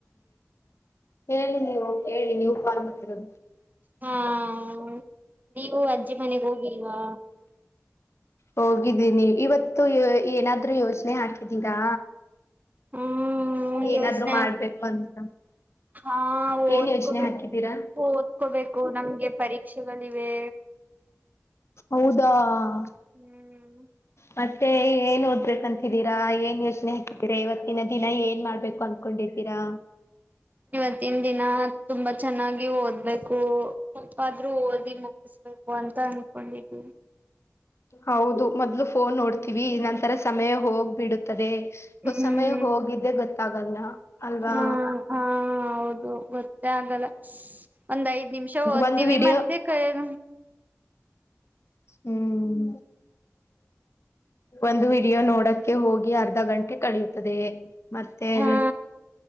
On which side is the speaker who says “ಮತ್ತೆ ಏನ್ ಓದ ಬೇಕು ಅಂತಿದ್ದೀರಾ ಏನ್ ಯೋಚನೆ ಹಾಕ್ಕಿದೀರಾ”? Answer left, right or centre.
Left